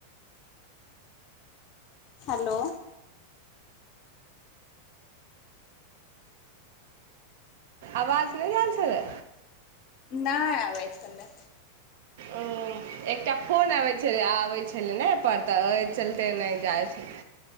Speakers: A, on the left; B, on the right.
A: हेलो
B: आवाज नहि जल छलै
A: नहि आबै छलै
B: ओ एकटा फोन आबै छल आबै छलै ने पर तऽ ओहि चलते नहि जाइ छल